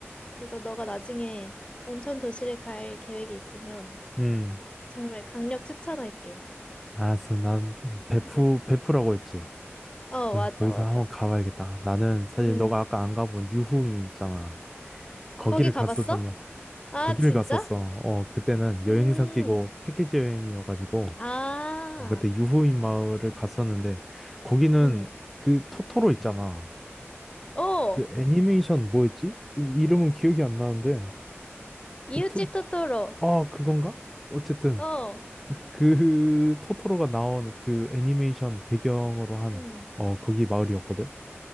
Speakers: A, on the left; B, in the centre.
A: 그래서 너가 나중에 온천 도시를 갈 계획이 있으면
B: 음
A: 정말 강력 추천할게.
B: 알았어. 난 베프
A: 응.
B: 베프라고 했지.
A: 어,
B: 거기,
A: 맞아,
B: 거기서
A: 맞아.
B: 한번 가봐야겠다. 나는 사실
A: 응.
B: 너가 아까 안 가본 유후인 있잖아. 거기를
A: 거기 가봤어?
B: 갔었단 말.
A: 아,
B: 거기를
A: 진짜?
B: 갔었어. 어, 그때는
A: 음.
B: 여행사 끼고 패키지 여행이어가지고
A: 아.
B: 어, 그때 유후인 마을을 갔었는데 거기는
A: 응.
B: 그 토토로 있잖아.
A: 어.
B: 그 애니메이션 뭐였지? 그 이름은 기억이 안 나는데
A: 이웃집
B: 그 토,
A: 토토로.
B: 아 그건가? 어쨌든
A: 어.
B: 그 토토로가 나온 그 애니메이션 배경으로 한
A: 응.
B: 어, 거기 마을이었거든.